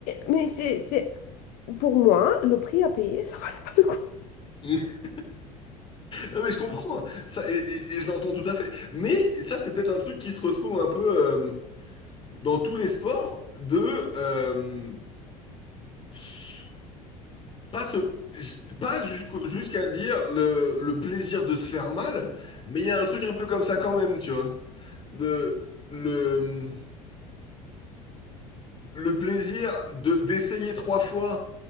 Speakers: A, on the left; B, on the left.
A: mais c'est, c'est... Pour moi, le prix à payer, ça valait pas le coup.
B: <laughs> Non mais je comprends ça et, et- et je l'entends tout à fait. Mais ça c'est peut-être un truc qui se retrouve un peu euh, dans tous les sports de euh, s- pas se j- pas jusqu'au- jusqu'à dire le, le plaisir de se faire mal, mais il y a un truc un peu comme ça quand même, tu vois. De le le plaisir de d'essayer trois fois,